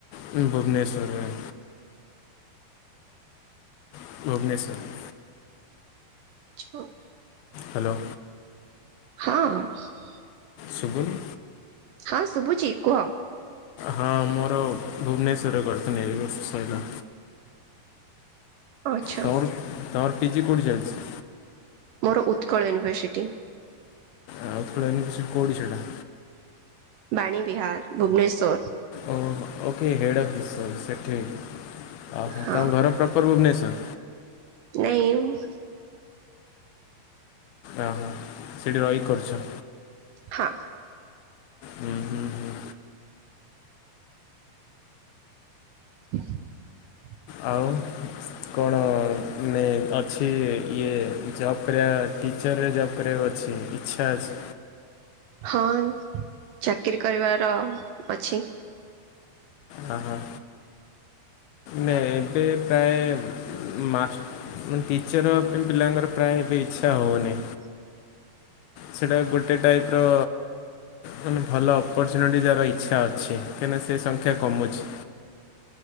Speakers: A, on the left; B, on the right.
A: ହୁଁ ଭୁବନେଶ୍ୱରରେ। ଭୁବନେଶ୍ୱର।
B: <unintelligible>
A: ହ୍ୟାଲୋ।
B: ହଁ।
A: ଶୁଭୁନି।
B: ହଁ ଶୁଭୁଛି କୁହ।
A: ହଁ, ମୋର ଭୁବନେଶ୍ୱରରେ କରୁଥିଲି ଏବେ ସରିଲା।
B: ଆଚ୍ଛା
A: ତମର, ତମର ପିଜି କୋଉଠି ଚାଲିଛି?
B: ମୋର ଉତ୍କଳ ୟୁନିଭର୍ସିଟି।
A: ଆଉ ଉତ୍କଳ ୟୁନିଭର୍ସିଟି କୋଉଠି ସେଇଟା?
B: ବାଣୀ ବିହାର ଭୁବନେଶ୍ୱର।
A: ଓୋ, ଓକେ ହେଡ଼୍ ଅଫିସ୍ ସ ସେଠି ଅହୋ
B: ହଁ
A: ତୁମ ଘର ପ୍ରପର ଭୁବନେଶ୍ୱର।
B: ନାଇଁ ଭା
A: ଓହ ସେଇଠି ରହିକି କରୁଛ?
B: ହଁ।
A: ହୁଁ, ହୁଁ, ହୁଁ।
B: <inaudible>
A: ଆଉ କଣ ମାନେ ଅଛି ଇଏ ଜବ୍ କରିବା ଟିଚରରେ ଜବ୍ କରିବାକୁ ଅଛି ଇଚ୍ଛା ଅଛି।
B: ହଁ ଚାକିରୀ କରିବାର ଅଛି।
A: ହଁ ହଁ ନାଇଁ ଏବେ ପ୍ରାୟ ମା ମୁ ଟିଚର୍ ପାଇଁ ପିଲାଙ୍କର ପ୍ରାୟ ଏବେ ଇଚ୍ଛା ହଉନି।
B: <inaudible>
A: ସେଇଟା ଗୋଟେ ଟାଇପର୍। ମାନେ ଭଲ ଅପର୍ଚ୍ୟୁନିଟି ଯାର ଇଚ୍ଛା ଅଛି କାହିଁକିନା ସେ ସଂଖ୍ୟା କମୁଛି।